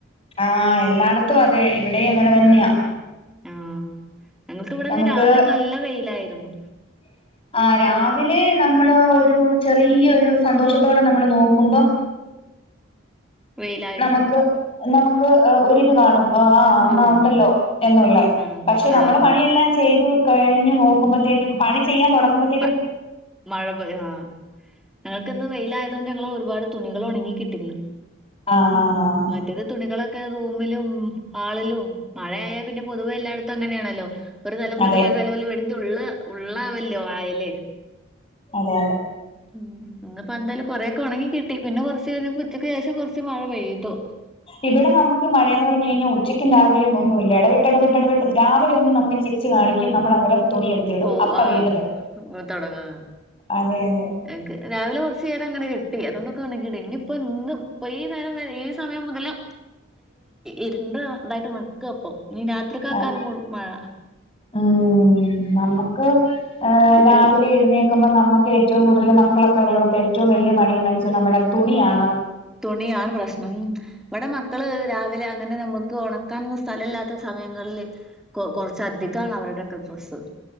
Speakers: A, on the left; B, in the centre.
A: ആഹ് എല്ലായിടത്തും അതെ ഇവിടെയും അങ്ങനെ തന്നെയാ
B: ആഹ് ആഹ് ഞങ്ങൾക്കിവിടെന്ന്
A: നമുക്ക്
B: രാവിലെ നല്ല വെയിലായിരുന്നു
A: <unintelligible> ആ രാവിലെ നമ്മള് ഒരു ചെറിയോരു സന്തോഷത്തോടെ നമ്മൾ നോക്കുമ്പം
B: വെയിലായി
A: നമക്ക് നമക്ക് ആഹ് ഒരിത് കാണും ആഹ് ആ എന്നാ
B: ആഹ്
A: ഉണ്ടല്ലോ എന്നുള്ളെ
B: ആഹ്
A: പക്ഷെ നമ്മള്
B: ആഹ്
A: പണിയെല്ലാം ചെയ്ത് കഴിഞ്ഞു നോക്കുമ്പത്തേക്കും പണി ചെയ്യാൻ തൊടങ്ങുമ്പോ
B: പ മഴ <unintelligible> ആഹ് ഞങ്ങക്കിന്ന് വെയിലായതുകൊണ്ട് ഞങ്ങളെ ഒരുപാട് തുണികൾ ഒണങ്ങി കിട്ടി ഇന്ന്
A: ആഹ് ആഹ് ആഹ് ആഹ്
B: മറ്റേത് തുണികളൊക്കെ റൂമിലും ഹാളിലും മഴയായ പിന്നെ പൊതുവെ എല്ലായിടത്തും അങ്ങനെയാണല്ലോ ഒരു തലം
A: അതെ
B: മുതല് <unintelligible> വീടിൻ്റെ ഉള്ള് ഉള്ളാവല്ലോ അയല്
A: അതെ അതേ
B: ഉം ഇന്നിപ്പോന്തായാലും കൊറെയൊക്കെ ഒണങ്ങി കിട്ടി പിന്നെ കൊറച്ച് കഴിഞ്ഞപ്പോ ഉച്ചക്ക് ശേഷം കൊറച്ച് മഴ പെയ്തു
A: ഇവിടെ നമ്മക്ക് മഴയെന്ന് പറഞ്ഞു കഴിഞ്ഞാ ഉച്ചക്കും രാവിലെന്നും ഒന്നുല്ല എടവിട്ട് എടവിട്ട് എടവിട്ട് രാവിലെ ഒന്ന് നമ്മളിച്ചി ച്ച് കാണിക്കും നമ്മൾ അന്നേരം തുണി എടുത്തിടും
B: പോ
A: അപ്പ
B: ആഹ്
A: വീണ്ടും തൊടങ്ങും
B: <unintelligible> തൊടങ്ങാ
A: അതെ അതെ
B: എൻക്ക് രാവിലെ കൊറച്ച് നേരം അങ്ങനെ കിട്ടി അതൊണ്ടൊക്കെ ഒണങ്ങി കിട്ടി ഇനിപ്പൊ ഇന്ന് ഇപ്പൊ ഈ നേരം വരെ ഈ സമയം മുതല് ഇരുണ്ട് ഇതായിട്ട് നിക്കാപ്പം ഇനി രാത്രിക്കാക്കാരം
A: ആഹ്
B: കൂടും മഴ
A: ഉം നമ്മക്ക് ഏഹ്
B: കുട്ടികൾ
A: രാവിലെ എഴുന്നേ ക്കുമ്പം നമ്മക്ക് ഏറ്റവും കൂടുതല് മക്കളൊക്കെ ഉള്ളടത്ത് ഏറ്റവും വെല്യ പണി എന്നാന്ന് വെച്ചാ നമ്മടെ തുണിയാണ്
B: തുണിയാണ് പ്രശ്നം ഉം ഇവിടെ മക്കള് രാവിലെ അങ്ങനെ നമ്മക്ക് ഒണക്കാനൊന്നും സ്ഥലം ഇല്ലാത്ത സമയങ്ങളില് കൊ കൊറച്ചധികാണ് അവരുടെക്കെ ഡ്രസ്സ്